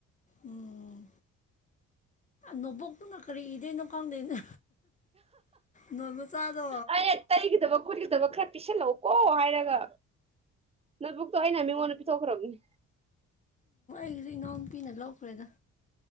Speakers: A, on the left; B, on the right.
A: ꯎꯝ ꯅꯕꯣꯛꯅ ꯀꯔꯤ ꯀꯩꯅꯅꯨꯡ ꯈꯪꯗꯦꯅꯦ ꯅꯣꯟ ꯃꯆꯥꯗꯣ
B: ꯑꯩꯅ ꯇꯩꯒꯗꯕ ꯈꯣꯠꯀꯗꯕ ꯈꯔ ꯄꯤꯁꯜꯂꯛꯑꯣꯀꯣ ꯍꯥꯏꯔꯒ ꯅꯕꯨꯛꯇꯣ ꯑꯩꯅ ꯃꯤꯉꯣꯟꯗ ꯄꯤꯊꯣꯛꯈ꯭ꯔꯕꯅꯦ
A: ꯍꯧꯁ ꯏꯅꯥꯎꯄꯤꯤꯅ ꯂꯧꯣꯛꯈ꯭ꯔꯦꯗ